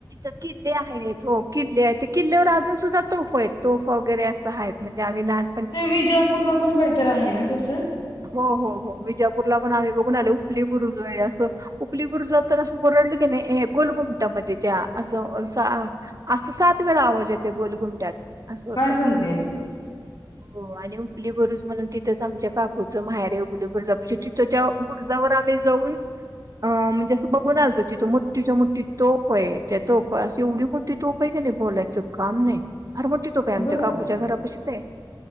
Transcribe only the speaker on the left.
ते विजापूरला पण काहीतरी आहे ना तसं
काय सांगते
बर